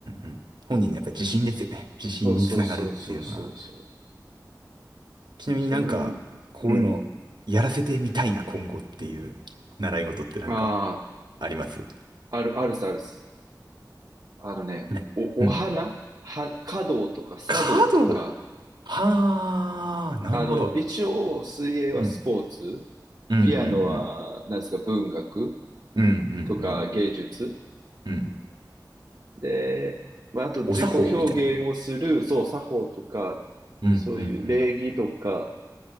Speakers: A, on the right (about 80°); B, on the right (about 50°).
A: んうん。本人のやっぱり自信ですよね。自信につながるっていうのが。
B: そうそうそうそうそうそう。
A: ちなみになんか、
B: そういう。
A: こういうのやらせてみたいな今後っていう習い事ってなんか
B: うん。あ
A: あります
B: あ、ある、あるさ、あるっす。あのね、
A: ね。
B: お、
A: うん。
B: お花は、華道とか茶道とか、
A: 華道はあ、なるほど。
B: あの、一応、水泳はスポーツ、
A: うん。うんうんうん。
B: ピアノは、なんですか、文学
A: うんうんうん。
B: とか芸術。
A: うん。
B: で、まあ、あと自己表現をする、
A: お作法みたいな感じ。
B: そう、作法とか、
A: うんうんう
B: そういう礼儀とか、
A: ん。